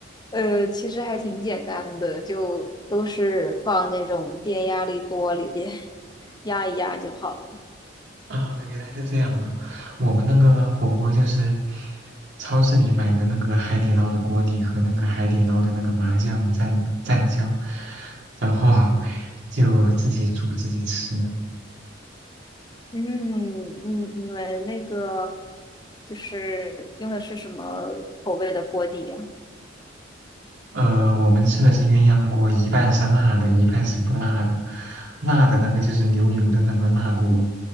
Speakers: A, on the left; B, on the right.
A: 呃，其实还挺简单的，就都是放那种电压力锅里边 <laughs> 压一压就好了。
B: 啊，原来是这样啊！我们那个火锅就是超市里买的那个海底捞的锅底和那个海底捞的那个麻酱蘸蘸酱，然后 <laughs> 就自己煮自己吃。
A: 嗯，你你们那个就是用的是什么口味的锅底呀？
B: 呃，我们吃的是鸳鸯锅，一半是辣的，一半是不辣的。辣的那个就是牛油的那个辣锅，